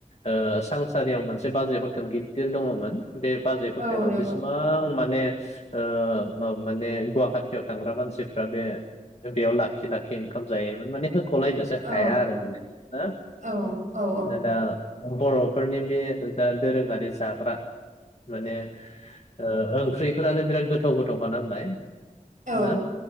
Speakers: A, on the left; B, on the right.
A: ओ सांसारियाव मोनस बाजै हटेल गिदिर दङ'मोन बे बाजै
B: औ
A: हटेलाव
B: नंगौ
A: बेसेबां मा ने ओ माने गुवाहाटियाव थांग्रा मानसिफ्रा बे बेयाव लाखि लाखि ओंखाम जायोमोन माने होख'लायनोसो
B: औ
A: हाया आरो माने दा
B: औ औ
A: ओ‌ दा बर'फोरनि बे जा दोरोङारि जाग्रा माने ओ ओंख्रिफोरानो बिराद गोथाव गोथाव खा नालाय।
B: औ
A: ना